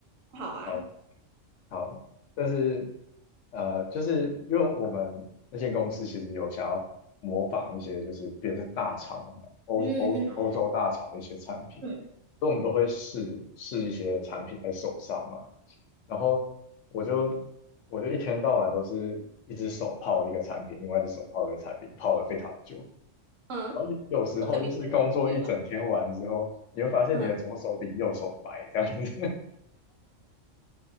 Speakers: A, on the right (about 75°); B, on the left (about 70°).
A: 好啊，
B: 好，好，但是呃，就是因为我们那间公司其实有想要模仿一些就是别的大厂，欧欧欧洲大厂的一些产品，
A: 嗯嗯嗯
B: 所以我们都会试试一些产品在手上嘛。然后我就我就一天到晚都是一只手泡一个产品，另外一只手泡一个产品，泡了非常久。
A: 嗯，
B: 然后有有时候就是工作一整天完之后，
A: 有很明显的区别吗？
B: 你会发现你的左手比右手白这样子。
A: 嗯，